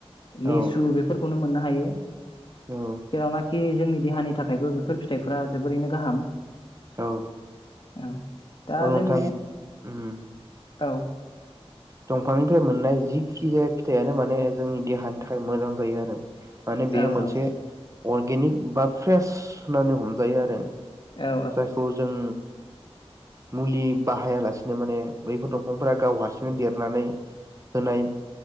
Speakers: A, on the left; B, on the right.
A: लेसु
B: औ
A: बेफोरखौनो मोननो हा हायो
B: औ
A: जेरावनाखि जोंनि देहानि थाखायबो बेफोर फिथाइफोरा जोबोरैनो गाहाम
B: औ
A: औ दा
B: औ नोंथां
A: जोंनि
B: उम
A: औ
B: दंफांनिफ्राय मोननाय जिखि जाया फिथाइयानो माने जोंनि देहानि थाखाय मोजां जायो आरो। माने
A: औ
B: बेयो
A: औ
B: मोनसे अर्गेनिक बा फ्रेस होननानै हमजायो आरो।
A: औ
B: जायखौ जों। मुलि बाहायालासिनो माने बैफोर दंफांफोरा गाव हारसिंनो देरनानै होनाय